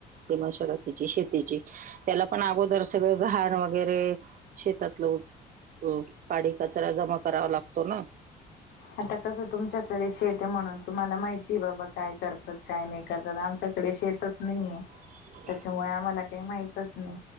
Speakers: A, on the right; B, on the left.
A: ते मशागतीची शेतीची त्याला पण अगोदर सगळं घाण वगैरे शेतातलंठ हो काडी कचरा जमा करावा लागतो ना
B: आता कस तुमच्याकडेशी शेत आहे म्हणून तुम्हाला माहित ती बाबा काय करतात काय नाही करतात आमच्याकडे शेतच नाहीेया
A: ह <unintelligible>
B: त्याच्यामुळे आम्हाला काही माहीतच नाही